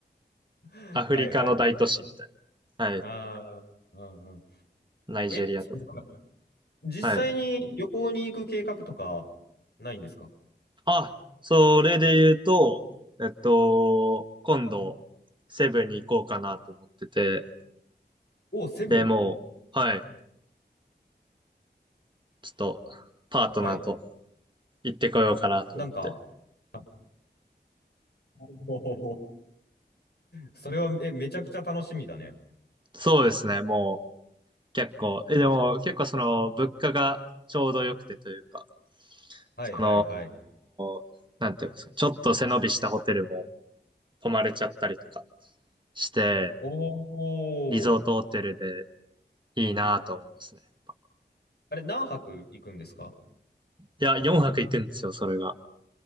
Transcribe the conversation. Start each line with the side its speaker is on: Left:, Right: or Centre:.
Left: <laughs>
Right: アフリカの大都市みたい
Left: はいはい。
Right: な。はい。
Left: ああ、うんうん。
Right: ナイジェリアとか。
Left: え、その実際に旅行に行く計画とか
Right: はい。
Left: ないんですか
Right: あ、それで言うと、えっと、今度、セブンに行こうかなと思ってて、
Left: お、セブ。
Right: で、もう、はい。ちょっと、パートナーと
Left: はい。
Right: 行ってこようかなと思って。
Left: なんか、<laughs> おーそれは、え、めちゃくちゃ楽しみだね。
Right: そうですね、もう、結構、え、でも、結構その、物価がちょうど良くてというか、
Left: はいはいはい。
Right: その、なんて言いますか、ちょっと背伸びしたホテルも泊まれちゃったりとかして、
Left: おお。
Right: リゾートホテルでいいなと思いますね。
Left: あれ、何泊行くんですか
Right: いや、4泊行くんですよ、それが。